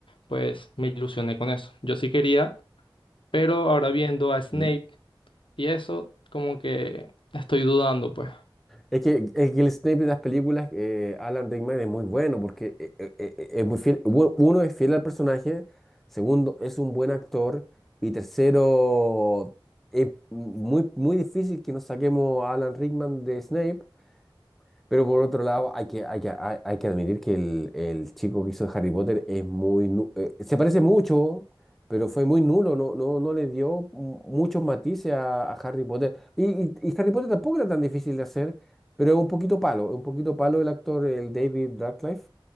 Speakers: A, on the left; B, in the centre.
A: pues me ilusioné con eso. Yo sí quería, pero ahora viendo a Snape
B: mm.
A: y eso, como que estoy dudando, pues.
B: Es que, es que el Snape de las películas, eh, Alan Rickman, es muy bueno porque eh, eh, eh, eh, es muy fiel. u- Uno es fiel al personaje, segundo es un buen actor y tercero es muy, muy difícil que nos saquemos a Alan Rickman de Snape pero por otro lado, hay que, hay que, hay, hay que admitir que el, el chico que hizo Harry Potter es muy... nu- eh, se parece mucho, pero fue muy nulo, no, no, no le dio mu- muchos matices a, a Harry Potter. Y, y, y Harry Potter tampoco era tan difícil de hacer, pero es un poquito palo, es un poquito palo el actor, el David Radcliffe.